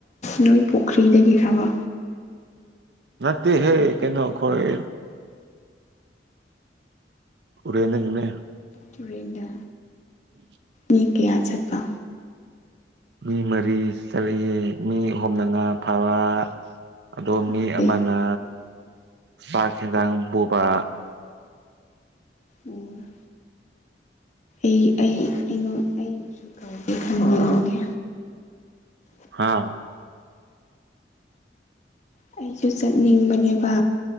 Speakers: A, on the left; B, on the right.
A: ꯅꯣꯏ ꯄꯣꯈ꯭ꯔꯤꯗꯒꯤꯔꯕ
B: ꯅꯠꯇꯦ ꯍꯦ ꯀꯩꯅꯣ ꯑꯩꯈꯣꯏ ꯍꯣꯔꯦꯟ ꯅꯪꯅꯅꯦ
A: ꯇꯨꯔꯦꯟꯗ
B: <inaudible>
A: ꯃꯤ ꯀꯌꯥ ꯆꯠꯄ
B: ꯃꯤ ꯃꯔꯤ ꯆꯠꯂꯤꯑꯦ ꯃꯤ ꯑꯍꯨꯝꯅ ꯉꯥ ꯐꯕ ꯑꯗꯣ
A: ꯑꯃꯗꯤ
B: ꯃꯤ ꯑꯃꯅ ꯆꯥꯛ ꯍꯦꯟꯖꯥꯡ ꯄꯨꯕ
A: ꯎꯝ ꯑꯩ ꯑꯩ ꯑꯩꯉꯣꯟ ꯑꯩꯕꯨꯁꯨ ꯀꯧꯒꯦ ꯈꯪꯕꯤꯅꯤꯡꯗꯦ
B: ꯍꯥꯥ
A: ꯑꯩꯁꯨ ꯆꯠꯅꯤꯡꯕꯅꯦꯕ